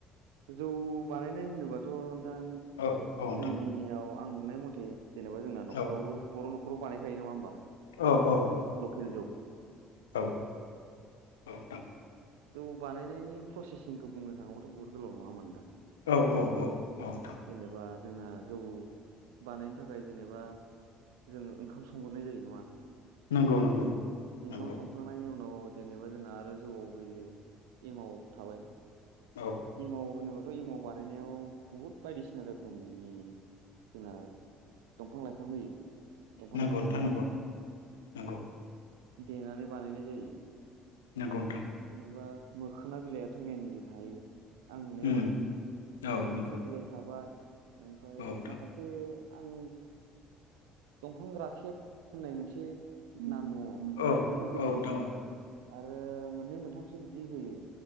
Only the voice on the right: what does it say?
जौ बानायनाय होनोबाथ' नोंथां
जोंनियाव आं नुनाय मथे जेनेबा जोंना नखरावबो
बर' नखराव बानायखायो नङा होमबा?
जों लकेल जौ।
जौ बानायनायनि प्रसेसिंखौ बुंनो थाङोब्लाथ' बहुद गोलाव नङा होमबा नोंथां?
जेनबा जोंना जौ बानायनो थाखाय जेनेबा जोङो ओंखाम संग्रोनाय जायो नङा?
ओंखाम
संखांनायनि उनाव जेनेबा जोंना आरो जौआव होयो एमाव थाबाय
एमाव होनोबा थ' एमाव बानायनायाव बुहुद बायदिसिना रोखोमनि जोंना दंफां -लाइफां होयो। दंफां
-लाइफां
होनानै
देनानै बानायनाय जायो।
जेनेबा मोखोना बिलाइथ' मेनलि थायो आं नुनायाव
आरो।
मोखोना
बिलाइ थाबा बाय, ओमफ्राय
माखासे आं दंफां राखेब होननाय मोनसे नाम दङ
बेखौबो होयो।
आरो मोननै मोनथाम सो बिदि होयो।